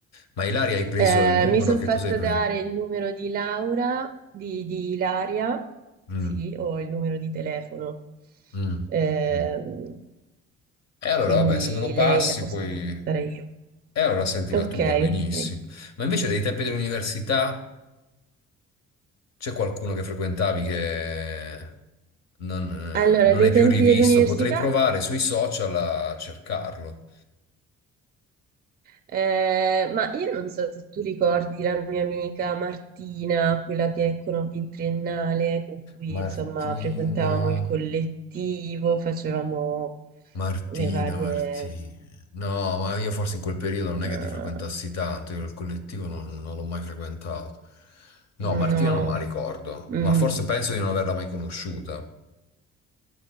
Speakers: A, on the left; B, on the right.
A: Ma Ilaria hai preso
B: Eh,
A: il numero,
B: mi sono
A: che
B: fatta
A: cosa hai preso?
B: dare il numero di Laura, di, di Ilaria,
A: Mm,
B: sì, ho il numero di telefono,
A: mm,
B: Ehm,
A: mm. E allora,
B: quindi
A: vabbè, se me lo passi,
B: lei la posso
A: poi...
B: contattare io.
A: E allora sentila
B: Ok,
A: tu, va benissimo.
B: ok.
A: Ma invece dai tempi dell'università c'è qualcuno che frequentavi che non, eh,
B: Allora,
A: non
B: dei
A: hai più
B: tempi
A: rivisto?
B: dell'università
A: Potrei provare sui social a cercarlo.
B: Eh, ma io non so se tu ricordi la mia amica Martina, quella che conobbi in triennale, con cui
A: Martina.
B: insomma frequentavamo il collettivo, facevamo
A: Martina,
B: le varie...
A: Martina. No, ma io forse in quel periodo non
B: eh,
A: è che ti frequentassi tanto, io il collettivo non, non l'ho mai frequentato. No,
B: no,
A: Martina non me la ricordo,
B: mm.
A: ma forse penso di non averla mai conosciuta.